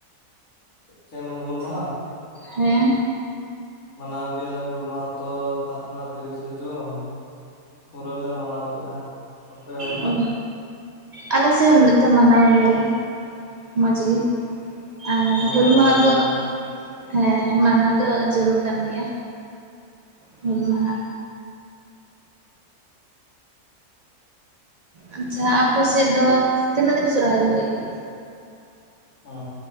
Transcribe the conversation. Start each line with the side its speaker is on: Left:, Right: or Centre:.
Left: ᱪᱮ ᱚᱱᱟ ᱦᱩᱞ ᱢᱟᱦᱟ
Right: ᱦᱮᱸ
Left: ᱢᱟᱱᱟᱣ ᱜᱮᱭᱟᱞᱮ ᱦᱩᱞ ᱢᱟᱦᱟ ᱛᱚ ᱛᱟᱵᱱᱟ ᱛᱤᱨᱤᱥᱮ ᱡᱩᱱ ᱯᱩᱨᱟᱹ ᱞᱮ ᱢᱟᱱᱟᱣ ᱠᱮᱫᱼᱟ ᱟᱯᱮ ᱚᱱᱛᱮ
Right: ᱚ ᱟᱞᱮ ᱥᱮᱜ ᱱᱟᱛᱮ ᱢᱟᱱᱟᱣ ᱜᱮᱭᱟᱞᱮ ᱢᱚᱸᱡᱽ ᱜᱮ ᱟᱨ
Left: ᱢᱟᱱᱟᱣ
Right: ᱦᱩᱞ ᱢᱟᱦᱟ
Left: ᱡᱟᱹᱨᱩᱲ
Right: ᱫᱚ
Left: ᱠᱟᱱᱟ
Right: ᱦᱮᱸ ᱢᱟᱱᱟᱣ ᱫᱚ ᱡᱟᱹᱨᱩᱲ ᱠᱟᱱ ᱜᱮᱭᱟ ᱦᱩᱞ ᱢᱟᱦᱟ ᱟᱪᱪᱷᱟ ᱟᱯᱮ ᱥᱮᱫ ᱫᱚ ᱛᱤᱱᱟᱹᱜ ᱫᱤᱱ ᱥᱚᱨᱦᱟᱭ ᱦᱩᱭᱩᱜᱼᱟ
Left: ᱚ